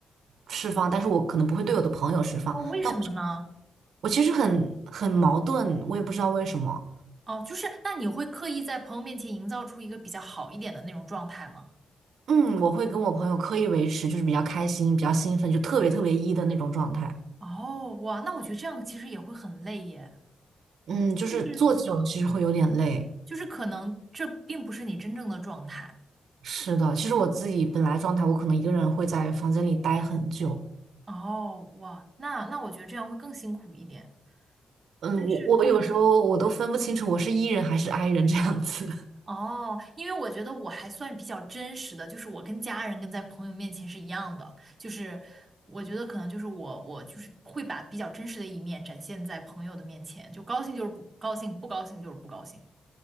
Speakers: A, on the right; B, on the right.
A: 释放，但是我可能不会对我的朋友释放，
B: 哦，为什么呢？
A: 但我我其实很很矛盾，我也不知道为什么。
B: 哦，就是那你会刻意在朋友面前营造出一个比较好一点的那种状态吗？
A: 嗯，我会跟我朋友刻意维持，就是比较开心、比较兴奋，就特别特别一的那种状态。
B: 哦，哇，那我觉得这样其实也会很累耶，
A: 嗯，就是做久了其实会有点累。
B: 就是就是可能这并不是你真正的状态。
A: 是的，其实我自己本来状态，我可能一个人会在房间里待很久。
B: 哦，哇，那那我觉得这样会更辛苦一点。
A: 嗯，
B: 但是。
A: 我我有时候我都分不清楚我是 E 人还是 I 人这样子。<laughs>
B: 哦，因为我觉得我还算比较真实的，就是我跟家人跟在朋友面前是一样的，就是我觉得可能就是我我就是会把比较真实的一面展现在朋友的面前，就高兴就是不高兴，不高兴就是不高兴。